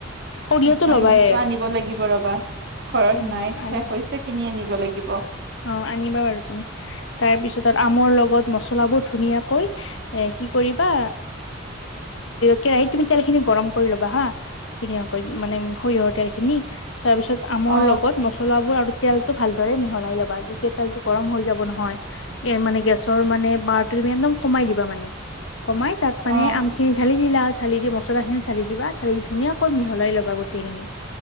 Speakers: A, on the left; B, on the right.
A: সৰিয়হটো
B: আজৱাইনটো
A: লবাই।
B: আনিব লাগিব ৰবা ঘৰত
A: উম
B: নাই শেষ
A: আনি
B: হৈছে কিনি আনিব লাগিব।
A: অ', আনিবা বাৰু তুমি। তাৰপিছত, আমৰ লগত মছলাবোৰ ধুনীয়াকৈ কি কৰিবা কেৰাহীত তুমি তেল খিনি গৰম কৰি লবা হা, ধুনীয়াকৈ মানে সৰিয়হৰ তেলখিনি তাৰ পিছত আমৰ
B: অ
A: লগত মছলা বোৰ আৰু তেলটো ভালদৰে মিহলাই লব। যেতিয়া তেলটো গৰম হৈ যাব নহয় মানে গেছৰ মানে বাৰ তুমি একদম কমাই দিবা মানে কমাই তাত
B: অ
A: মানে আমখিনি ঢালি দিলা ঢালি দি মছলা খিনি ঢালি দিবা ঢালি দি ধুনীয়াকৈ মিহলাই লবা গোটেইখিনি।